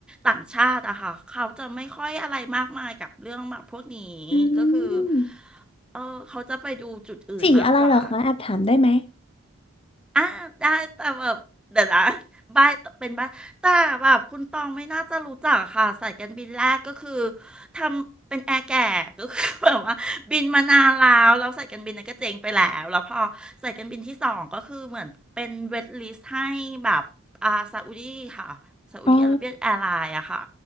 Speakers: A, in the centre; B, on the left (about 25°).
A: ต่างชาติอะค่ะเขาจะไม่ค่อยอะไรมากมายกับเรื่องแบบพวกนี้ก็คือ
B: อืม
A: เออเขาจะไปดูจุดอื่นมากกว่า
B: สีอะไรเหรอคะแอบถามได้ไหม
A: อ่ะได้แต่แบบเดี๋ยวนะบ้ายเป็นบ้ายแต่แบบคุณตองไม่น่าจะรู้จักค่ะสายการบินแรกก็คือทำเป็นแอร์แก่ก็คือแบบว่าบินมานานแล้วแล้วสายการบินนั้นก็เจ๊งไปแล้วแล้วพอสายการบินที่สองก็คือเหมือนเป็นเวทลิสต์ให้แบบอ่าซาอุดีค่ะซาอุดีอาระเบียแอร์ไลน์อะค่ะ
B: อ๋อ